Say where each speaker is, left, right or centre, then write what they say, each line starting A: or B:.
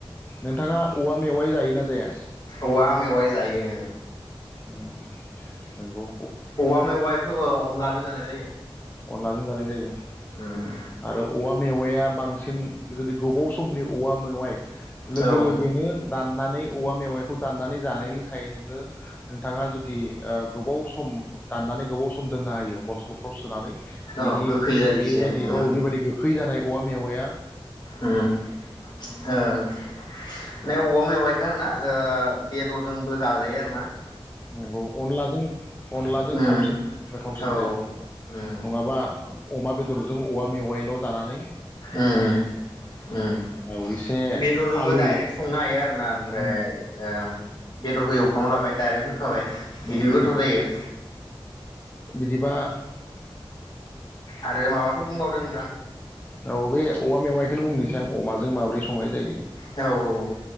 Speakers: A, on the left; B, on the left.
A: नोंथाङा औवा मेवाइ जायोना जाया?
B: औवा मेवाइ जायो।
A: उम नोंगौ।
B: औवा मेवाइखौ अनलादो जानाय जायो।
A: अनलाजों जानाय जायो।
B: <inaudible>
A: आरो औवा मेवाइया बांसिन जुदि गोबाव समनि औवा मेवाइ लोगो
B: औ
A: लोगोनो दाननानै औवा मेवाइखौ दाननानै जानायनि सायाव नोङो नोंथाङा जुदि ओ गोबाव सम दाननानै गोबाव सम दोननो हायो बथलफ्राव सोनानै
B: औ
A: बिदि
B: गोखै जायो
A: बेबायदि
B: एसे। उम
A: औ बेबायदि गो खै जानाय औवा मेवाइया
B: उम ओ <unintelligible> औवा‌ मेवाइ आरोना बेदरजोंबो जाजायो आरोना।
A: नोंगौ अनलाजों अनलाजों
B: उम
A: साबसिन गोथावसिन
B: औ
A: जायो।
B: उम
A: नङाबा अमा बेदरजों औवा मेवाइल' जानानै
B: उम उम उम
A: औ एसे
B: बेदरजोंबो
A: आलु
B: दाइरेक्ट संनो हायो आरोना ओमफ्राय
A: उम
B: ओम बेदरखौ एव खांना लाबाय दाइरेक्ट होखाबाय बिदिबो
A: उम उम
B: गोथाव जायो।
A: बिदिबा <inaudible>
B: आरो माबाफोर बुंबावदो नोंथां।
A: औ बे औवा मेवाइखौनो बुंनि अमाजों माब्रै संनाय जायो।
B: औ औ।